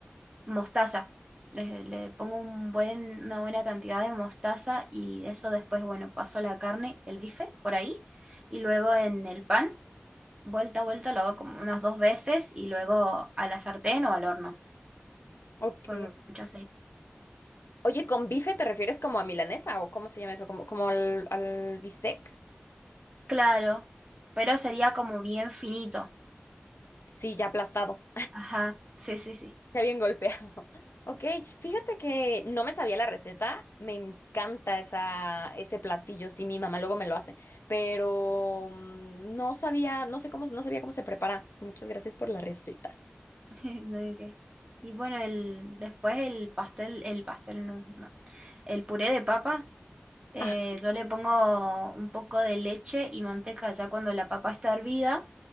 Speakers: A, on the right; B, on the left.
A: mostaza. Le, le pongo un buen, una buena cantidad de mostaza y eso después, bueno, paso la carne, el bife por ahí y luego en el pan, vuelta a vuelta, lo hago como unas dos veces y luego a la sartén o al horno
B: Ok.
A: con mucho aceite.
B: Oye, ¿con bife te refieres como a milanesa o cómo se llama eso? ¿Como, como al, al bistec?
A: Claro, pero sería como bien finito.
B: Sí, ya aplastado.
A: Ajá, sí, sí, sí.
B: Está bien golpeado. <laughs> Ok, fíjate que no me sabía la receta. Me encanta esa, ese platillo. Sí, mi mamá luego me lo hace. Pero mm, no sabía, no sé cómo, no sabía cómo se prepara. Muchas gracias por la receta.
A: <laughs> No hay que- Y bueno, el, después el pastel, el pastel no, no. El puré de papa, eh,
B: Ah,
A: yo le pongo un poco de leche y manteca ya cuando la papa está hervida,